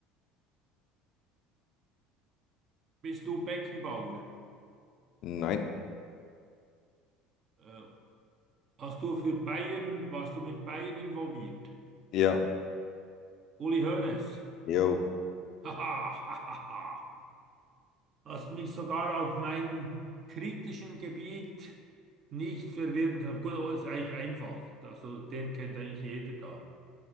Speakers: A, on the right (about 45°); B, on the left (about 60°).
A: Bist du Beckenbauer?
B: Nein,
A: Äh, hast du für Bayern, warst du mit Bayern involviert?
B: ja,
A: Uli Hoeneß.
B: jo,
A: <laughs> Haha, hahaha. Hast mich sogar auf meinem kritischen Gebiet nicht verwirren können. Gut, aber ist eigentlich einfach. Also den kennt eigentlich jeder da.